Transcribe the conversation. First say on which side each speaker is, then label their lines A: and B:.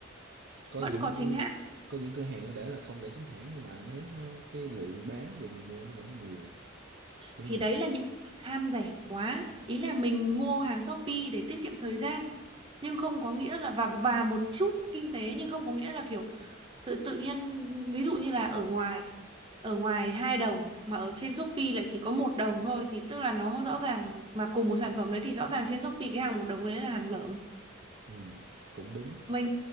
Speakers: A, on the right (about 60°); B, on the right (about 25°).
A: có
B: vẫn
A: những
B: có chính hãng
A: có những cửa hàng nó để là không để chính hãng nhưng mà anh thấy nó cái lượng bán lượng người mua nó vẫn nhiều đúng
B: thì
A: không
B: đấy là những người ham rẻ quá ý là mình mua hàng Shopee để tiết kiệm thời gian nhưng không có nghĩa là và và một chút kinh tế nhưng không có nghĩa là kiểu tự tự nhiên ví dụ như là ở ngoài ở ngoài hai đồng mà ở trên Shopee lại chỉ có một đồng thôi thì tức là nó rõ ràng mà cùng một sản phẩm đấy thì rõ ràng trên Shopee cái hàng một đồng đấy là hàng lởm
A: ừ cũng đúng
B: mình